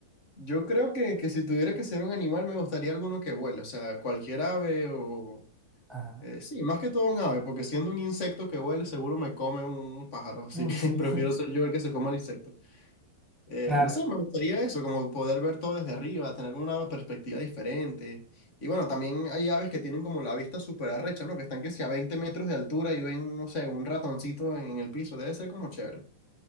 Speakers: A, on the left; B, in the centre.
A: yo creo que, que si tuviera que ser un animal, me gustaría alguno que vuele, o sea, cualquier ave o...
B: Ah,
A: eh, sí, más que todo un ave, porque siendo un insecto que vuele, seguro me come un pájaro, así
B: mm,
A: que
B: sí.
A: <laughs> prefiero
B: <laughs>
A: ser yo el que se coma el insecto. Eh,
B: Claro,
A: no sé, me gustaría eso, como poder ver todo desde arriba, tener como una perspectiva diferente. Y bueno, también hay aves que tienen como la vista súper arrecha, ¿no? Que están que sea a 20 metros de altura y ven, no sé, un ratoncito en el piso. Debe ser como chévere.